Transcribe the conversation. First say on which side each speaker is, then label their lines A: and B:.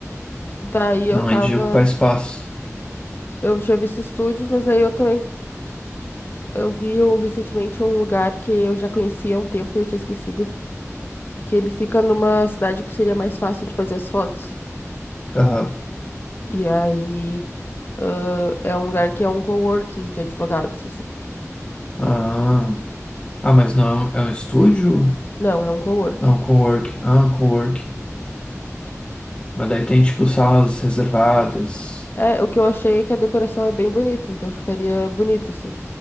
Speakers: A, on the left; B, on the left.
A: Daí eu
B: Não,
A: tava.
B: é de ocupar espaço.
A: Eu já vi esses estúdios, mas aí eu também. Eu vi o- recentemente um lugar que eu já conhecia há um tempo e eu tinha esquecido que ele fica numa cidade que seria mais fácil de fazer as fotos.
B: Aham.
A: E aí, ãh, é um lugar que é um coworking de advogados, assim.
B: Ah, ah, mas não é um é um estúdio?
A: Não, é um coworking.
B: É um coworking. Ah, um coworking. Mas daí tem tipo salas reservadas.
A: É, o que eu achei é que a decoração é bem bonita, então ficaria bonito, assim.